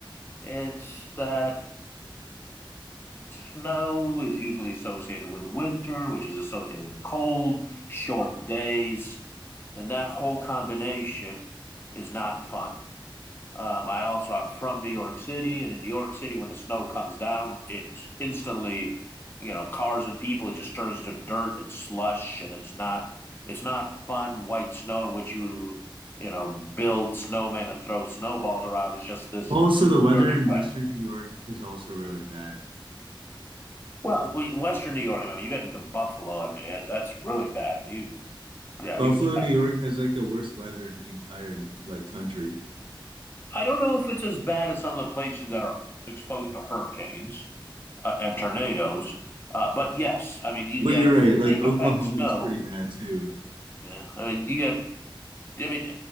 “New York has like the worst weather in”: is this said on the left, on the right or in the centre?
Right